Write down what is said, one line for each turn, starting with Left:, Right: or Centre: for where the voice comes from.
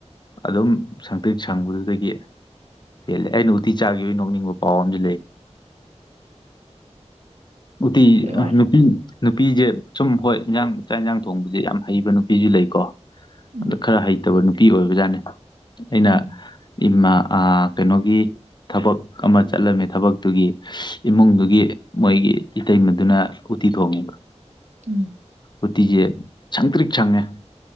Left: ꯑꯗꯨꯝ ꯁꯪꯇꯤꯛ ꯁꯪꯕꯗꯨꯗꯒꯤ ꯍꯦꯜꯜꯂꯤꯦ ꯑꯩꯅ ꯎꯇꯤ ꯆꯥꯈꯤꯕꯒꯤ ꯅꯣꯛꯅꯤꯡꯕ ꯄꯥꯎ ꯑꯃꯗꯤ ꯂꯩ ꯎꯇꯤ
Right: ꯀꯩ ꯋꯥꯔꯤ
Left: ꯑ ꯅꯨꯄꯤ ꯅꯨꯄꯤꯖꯦ ꯁꯨꯝ ꯍꯣꯏ ꯏꯟꯖꯥꯡ ꯆꯥꯛ ꯏꯟꯖꯥꯡ ꯊꯣꯡꯕꯁꯦ ꯌꯥꯝ ꯍꯩꯕ ꯅꯨꯄꯤꯗꯤ ꯂꯩꯀꯣ
Right: ꯎꯝ
Left: ꯑꯗ ꯈꯔ ꯍꯩꯇꯕ ꯅꯨꯄꯤ ꯑꯣꯏꯕꯖꯥꯠꯅꯤ ꯑꯩꯅ
Right: ꯎꯝ
Left: ꯏꯃꯥ ꯑ ꯀꯩꯅꯣꯒꯤ ꯊꯕꯛ ꯑꯃ ꯆꯠꯂꯝꯃꯤ ꯊꯕꯛꯇꯨꯒꯤ ꯏꯃꯨꯡꯗꯨꯒꯤ ꯃꯣꯏꯒꯤ ꯏꯇꯩ ꯃꯗꯨꯅ ꯎꯠꯇꯤ ꯊꯣꯡꯉꯤꯕ
Right: ꯎꯝ
Left: ꯎꯇꯤꯁꯦ ꯁꯪ ꯇ꯭ꯔꯤꯛ ꯁꯪꯉꯦ